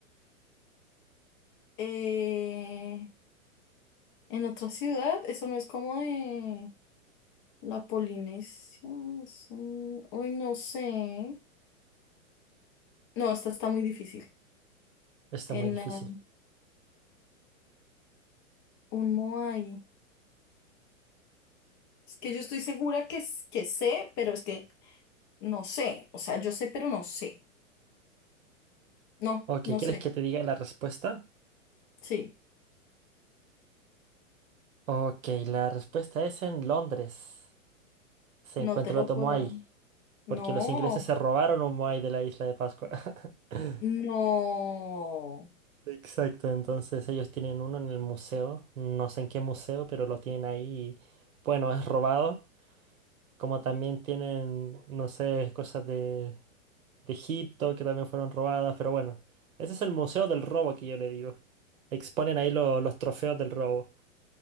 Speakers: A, on the left; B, on the right.
A: eh, En otra ciudad, eso no es como de la Polinesia. es Uy, no sé. No, esta está muy difícil.
B: Está
A: En
B: muy difícil.
A: eh, un Moai. Es que yo estoy segura que, s- que sé, pero es que no sé. O sea, yo sé, pero no sé. No,
B: Ok,
A: no
B: ¿quieres
A: sé.
B: que te diga la respuesta?
A: Sí,
B: Ok, la respuesta es en Londres. Se
A: no
B: encuentra
A: te lo
B: el otro
A: puedo.
B: moai,
A: No,
B: porque los ingleses se robaron un moai de la isla de Pascua. <laughs>
A: no.
B: Exacto, entonces ellos tienen uno en el museo, no sé en qué museo, pero lo tienen ahí y bueno, es robado, como también tienen, no sé, cosas de, de Egipto que también fueron robadas, pero bueno, ese es el museo del robo que yo le digo. Exponen ahí lo- los trofeos del robo.